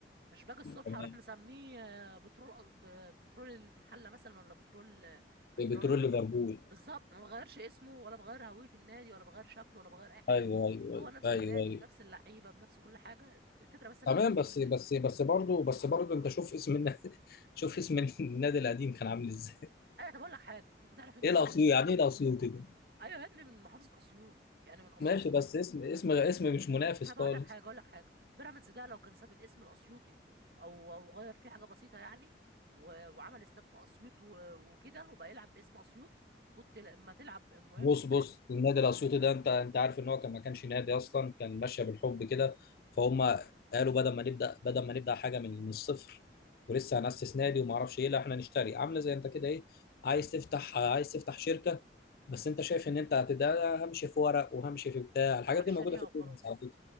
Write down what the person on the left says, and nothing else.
كمان
بترول ليفربول
ايوه ايوه
ايوه
ايوه
تمام
بس
بس بس برضه بس برضه انت شوف اسم النادي <laughs> شوف اسم النادي القديم كان عامل ازاي
ايه
الاسيوط يعني ايه الاسيوط ده
ماشي بس اسم اسم اسم مش منافس
خالص
بص
بص النادي الاسيوطي ده انت انت عارف ان هو كان ما كانش نادي اصلا كان ماشيه بالحب كده فهم قالوا بدل ما نبدا بدل ما نبدا حاجه من من الصفر ولسه هنأسس نادي وما اعرفش ايه لا احنا نشتري عامله زي انت كده ايه عايز تفتح عايز تفتح شركه بس انت شايف ان انت هتبدا همشي في ورق وهمشي في بتاع الحاجات
دي
موجوده في البيزنس
على فكره